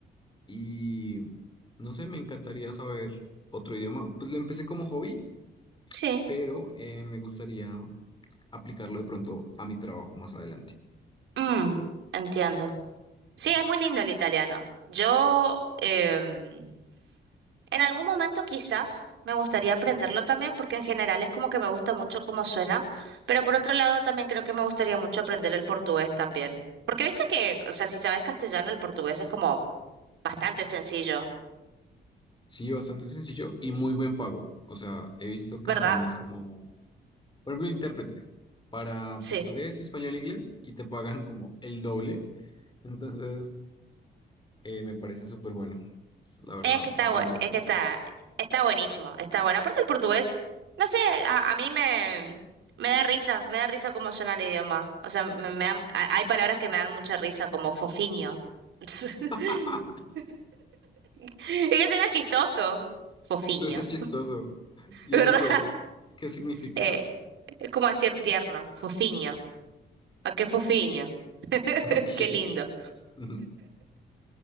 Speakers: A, on the left; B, on the right.
A: Y no sé, me encantaría saber otro idioma. Pues lo empecé como hobby,
B: Sí,
A: pero eh, me gustaría aplicarlo de pronto a mi trabajo más adelante.
B: mm, entiendo. Sí, es muy lindo el italiano. Yo em, en algún momento quizás me gustaría aprenderlo también porque en general es como que me gusta mucho cómo suena, pero por otro lado también creo que me gustaría mucho aprender el portugués también. Porque viste que, o sea, si sabes castellano, el portugués es como bastante sencillo,
A: Sí, bastante sencillo y muy buen pago. O sea, he visto campañas
B: ¿verdad?
A: como, por ejemplo, intérprete para
B: Sí.
A: portugués, español, inglés y te pagan como el doble. Entonces, eh, me parece súper bueno, la verdad,
B: Es que está,
A: aprender
B: bu- es
A: portugués.
B: que está, está buenísimo, está bueno. Aparte el portugués, no sé, a, a mí me, me da risa, me da risa cómo suena el idioma. O sea, me, me dan- ha- hay palabras que me dan mucha risa, como fofiño. <laughs>
A: <laughs>
B: Es que suena chistoso. Fofiño,
A: Suena chistoso. ¿Y
B: <laughs> ¿verdad?
A: eso qué es? ¿Qué significa?
B: Eh, es como decir tierno, fofiño. ¿A qué fofiño?
A: <laughs> Ok.
B: Qué lindo.
A: <laughs>